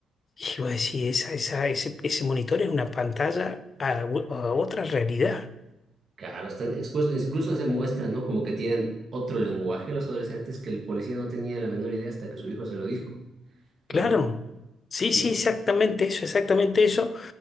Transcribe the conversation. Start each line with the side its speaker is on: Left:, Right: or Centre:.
Left: Y vos decís, esa, esa, ese, ese monitor es una pantalla a u- a otra realidad.
Right: Claro, están expuestos, incluso se muestran, ¿no? Como que tienen otro lenguaje los adolescentes que el policía no tenía la menor idea hasta que su hijo se lo dijo, ¿no?
Left: Claro, sí,
Right: Entonces,
Left: sí, exactamente eso, exactamente eso.